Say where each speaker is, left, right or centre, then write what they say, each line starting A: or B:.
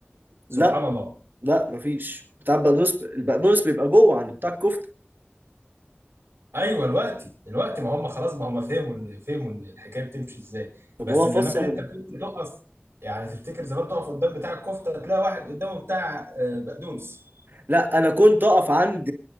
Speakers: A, on the right; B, on the right.
A: سبحان
B: لا
A: الله
B: لا مفيش بتاع البقدونس ب... البقدونس بيبقى جوه عند بتاع الكفتة
A: ايوه الوقت الوقت ما هم خلاص ما هم فهموا ال- فهموا ال- الحكايه بتمشي ازاي
B: طب
A: بس
B: هو فسر
A: زمان انت كنت تقف يعني تفتكر زمان تقف قدام بتاع الكفته تلاقي واحد قدامه بتاع آه، بقدونس
B: لا أنا كنت أقف عند